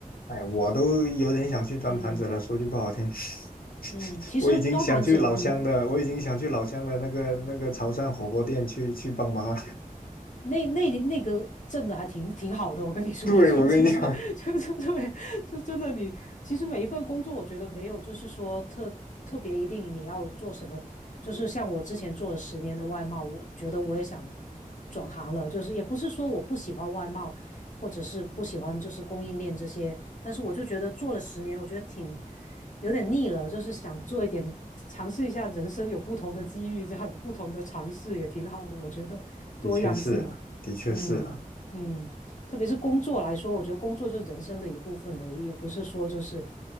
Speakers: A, on the left; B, on the left.
A: 哎，我都有点想去端盘子了。
B: 嗯
A: 说句不好听，
B: 嗯，
A: <laughs>
B: 其实端盘子我没
A: 我已经想去老乡的，我已经想去老乡的那个那个潮汕火锅店去去帮忙了。
B: 那那那个挣的还挺挺好的，我跟你说，
A: <laughs> 对，
B: <laughs> 就其实就就对，
A: 我跟你讲，
B: 就真的你其实每一份工作，我觉得没有就是说特特别一定你要做什么，就是像我之前做了十年的外贸，我觉得我也想转行了，就是也不是说我不喜欢外贸，或者是不喜欢就是供应链这些，但是我就觉得做了十年，我觉得挺有点腻了，就是想做一点尝试一下人生有不同的机遇，这样有不同的尝试也挺好的，我觉得多样性，
A: 的确是了，的确是了。
B: 嗯嗯，特别是工作来说，我觉得工作就是人生的一部分而已，也不是说就是